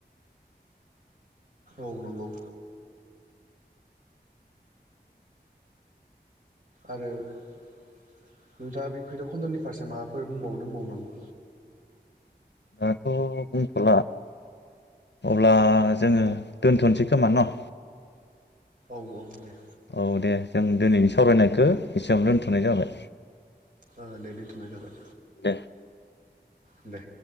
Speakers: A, on the right; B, on the left.
A: औ नंगौ आरो नोंथाङा बे भैरबकुन्द'नि फारसे माबाफोर बुंबावनो दंबावो नामा?
B: दाथ' बुंथ'ला अब्ला जोङो दोनथ'सै खोमा न'?
A: औ औ दे
B: औ दे जों दिनैनि सावरायनायखौ एसेबां दोनथ'नाय जाबाय।
A: ओ दे दोनथ'नाय जाबाय।
B: दे
A: दे